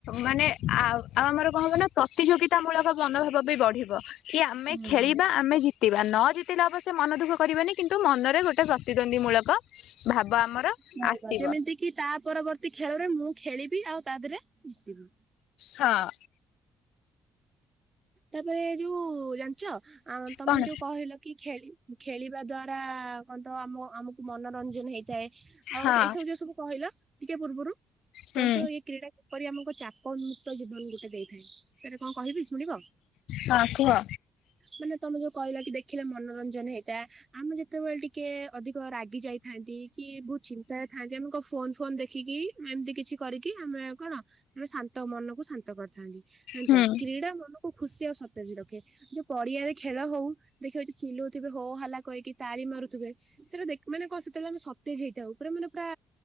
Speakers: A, on the left (about 80°); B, on the right (about 30°).
A: ମାନେ ଆ ଆଉ ଆମର କଣ ହେବ ନା ପ୍ରତିଯୋଗି ମୂଳକ ମନୋଭାବ ବି ବଢିବ କି ଆମେ
B: ହଁ
A: ଖେଳିବା ଆମେ ଜି ଜିତିବା ନ ଜିତିଲେ ଅବଶ୍ୟ ମନ ଦୁଃଖ କରିବନି କିନ୍ତୁ ମନରେ ଗୋଟେ ପ୍ରତିଦ୍ୱନ୍ଦୀ ମୂଳକ ଭାବ ଆମର
B: ରହିବ
A: ଆସିବ
B: ଯେମିତି କିି ତା ପରବର୍ତ୍ତୀ ଖେଳରେ ମୁଁ ଖେଳିବି ଆଉ ତା ଦେହରେ ଜିତିବି।
A: ହଁ।
B: ତାପରେ ଯୋଉ ଜାଣିଚ ତମେ
A: କଣ
B: ଯୋଉ କହିଲ କି ଖେଳି ଖେଳିବା ଦ୍ଵାରା କହ ତ ଆମ ଆମକୁ ମନୋରଞ୍ଜନ ହେଇଥାଏ। ଆଉ
A: ହଁ
B: ଏଇ ସବୁ ଜିନିଷକୁୁ କହିଲ ଟିକେ ପୂର୍ବରୁ
A: ହୁଁ
B: ଜାଣିଛ ଇଏ କ୍ରୀଡ଼ା କିପରି ଆମକୁ ଚାପ ଉ ମୁୁକ୍ତ ଜୀବନ ଗୋଟେ ଦେଇଥାଏ ସେଟା କଣ କହିବି ଶୁଣିବ?
A: ହଁ କୁହ।
B: ମାନେ ତମେ ଯୋଉ କହିଲ କି ଦେଖିଲେ ମନୋରଞ୍ଜନ ହେଇଯାଏ ଆମେ ଯେତେବେଳେ ଟିକେ କି ଅଧିକ ରାଗି ଯାଇଥାନ୍ତି କି ବହୁତ ଚିନ୍ତାାରେଥାନ୍ତି ଆମ କଣ ଫୋନ ଫୋନ ଦେଖିକି ଏମିତି କିଛି କରିକି ଆମେ କଣ ମେ ଶାନ୍ତ ମନକୁ ଶାନ୍ତ କରିଥାନ୍ତି। ଜାଣିଛ
A: ହୁଁ
B: କ୍ରୀଡ଼ା ମନକୁ ଖୁସି ଆଉ ସତେଜ ରଖେ। ଯୋଉ ପଡିଆରେ ଖେଳ ହଉ ଦେଖିଵ ଚିଲଉଥିବେ ହୋ ହଲା କହିକି ତାଳି ମାରୁଥିବେ ସେଇଟା ଦେ ମାନେ କଣ ସେତେବେଳେ ଆମେ ସତେ ଯଇଥାଉ ଉପରେ ମାନେ ପୁରା